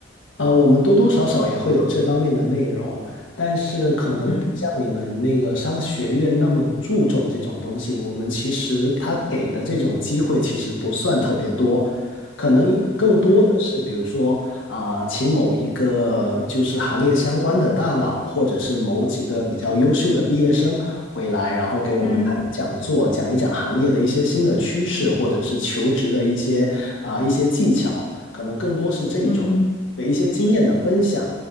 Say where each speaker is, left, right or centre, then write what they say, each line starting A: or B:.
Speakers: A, on the left; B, on the left.
A: 呃，我们多多少少也会有这方面的内容，但是可能不像你们那个商学院那么注重这种东西。
B: 嗯
A: 我们其实他给的这种机会其实不算特别多，可能更多的是比如说啊、
B: 嗯
A: 请某一个就是行业相关的大佬，或者是某几个比较优秀的毕业生回来，然后给我们开个讲座，
B: 嗯
A: 讲一讲行业的一些新的趋势，或者是求职的一些啊、一些技巧，可能更多是这种。
B: 嗯，
A: 的一些经验的分享，